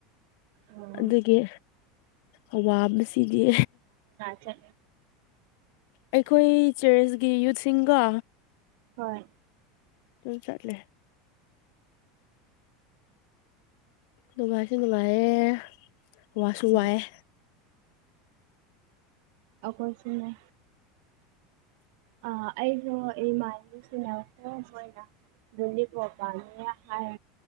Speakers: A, on the right (about 65°); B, on the left (about 65°).
A: ꯑꯣ
B: ꯑꯗꯨꯒꯤ ꯑ ꯋꯥ ꯃ ꯁꯤꯗꯤ
A: ꯆ
B: ꯑꯩꯈꯣꯏ ꯆꯦꯔꯁꯀꯤ ꯌꯨꯠꯁꯤꯡꯒ
A: ꯍꯣꯏ
B: ꯑꯗꯨ ꯆꯠꯂ ꯅꯨꯡꯉꯥꯏꯁꯨ ꯅꯨꯡꯉꯥꯏꯌꯦ ꯋꯥꯁꯨ
A: ꯎꯝ
B: ꯋꯥꯏꯑꯦ
A: ꯑꯩꯈꯣꯏ ꯁꯤꯟꯅ ꯑꯥ ꯑꯩꯁꯨ ꯏ ꯃꯥꯁꯤꯅꯦ ꯁꯣꯏꯅ ꯅꯤ ꯄꯄ ꯍꯥꯏ